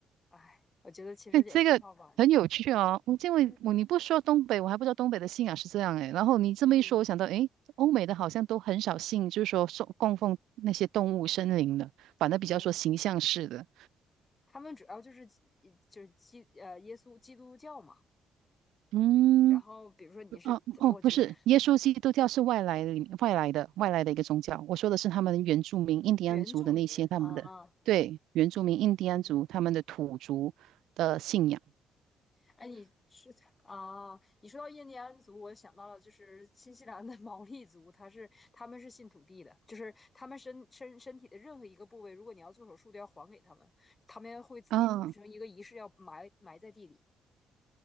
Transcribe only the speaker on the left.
哎，我觉得其实也挺好玩的，
嗯
嗯，
对，他们主要就是基就是基呃耶稣基督教嘛，
然后比如说你是，
我觉得
原住民啊，嗯。哎，你是啊？你说到印第安族，我想到了就是新西兰的 <laughs> 毛利族，他是他们是信土地的，就是他们身身身体的任何一个部位，如果你要做手术，都要还给他们，他们会自己组成一个仪式，
要埋埋在地里。